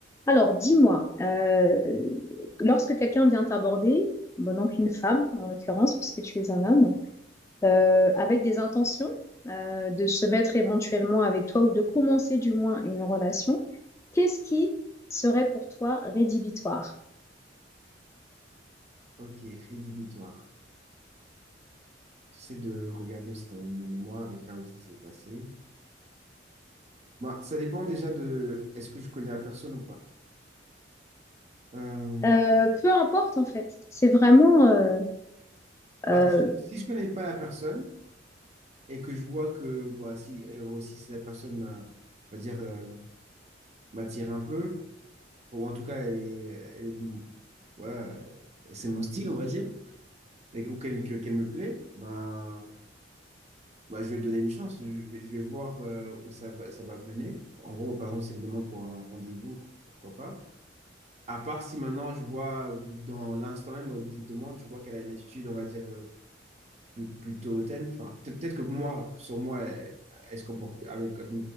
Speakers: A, on the left; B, on the right.
A: Alors, dis-moi, euh, lorsque quelqu'un vient t'aborder, bon, donc une femme en l'occurrence, puisque tu es un homme, euh, avec des intentions euh, de se mettre éventuellement avec toi ou de commencer du moins une relation, qu'est-ce qui serait pour toi rédhibitoire?
B: Ok, rédhibitoire. J'essaie de regarder aussi dans ma mémoire les cas où ça s'est passé. Bah, ça dépend déjà de est-ce que je connais la personne ou pas. Euh,
A: Euh, peu importe en fait, c'est vraiment... euh,
B: bah,
A: euh,
B: si, si je connais pas la personne et que je vois que bah, si, et aussi si la personne m'a- on va dire, euh, m'attire un peu, ou en tout cas elle est, elle est de mon- voilà, euh, c'est mon style, on va dire, et, ou qu'elle que- qu'elle me plaît, bah, Bah, je vais lui donner une chance. Je vais, je vais voir euh, où ça va, ça va mener. En gros, par exemple, s'il me demande pour un rendez-vous, pourquoi pas. À part si maintenant je vois euh, dans l'instant même euh, de demande, je vois qu'elle a une attitude, on va dire, euh, plus- plutôt hautaine. Enfin, peut- peut-être que moi, sur moi, elle, elle se comporte avec, avec,